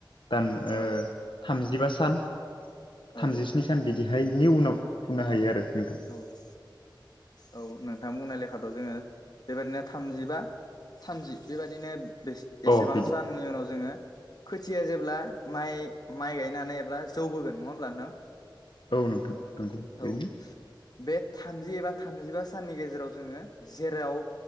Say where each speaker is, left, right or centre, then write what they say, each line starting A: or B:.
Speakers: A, on the left; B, on the left.
A: दान ओ
B: औ
A: थामजिबा सान
B: औ
A: थामजिस्नि सान बिदिहायनि उनाव फुनो हायो आरो नोंथां।
B: औ ओ औ नोंथां बुंनाय लेखाथ' जोङो बेबायदिनो थामजिबा थामजि बेबादिनो बेसे एसेबां
A: अ बिदि
B: साननि उनाव जोङो खोथिया जेब्ला माइ-माइ गायनो हानाय ब्ला जौबोगोन नङा होमब्ला नोंथां?
A: औ नोंथां नंगौ ओरैनो
B: औ बे थामजि एबा थामजिबा साननि गेजेराव जोङो जेराव